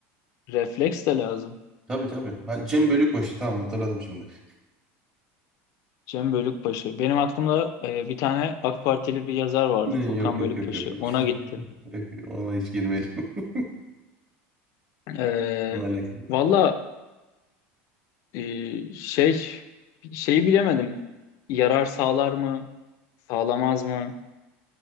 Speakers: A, on the left (about 60°); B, on the right (about 20°).
A: Refleks de lazım.
B: Tabii tabii. Ha, Cem Bölükbaşı tamam hatırladım şimdi. <laughs>
A: Cem Bölükbaşı. Benim aklımda e, bir tane AK Partili bir yazar vardı
B: Ne,
A: Furkan
B: Yok yok
A: Bölükbaşı.
B: yok yok yok.
A: Ona gitti.
B: Yok, Ona hiç girmeyelim. <laughs>
A: E,
B: Bununla alakası yok.
A: valla e, şey şeyi bilemedim. Yarar sağlar mı? Sağlamaz mı?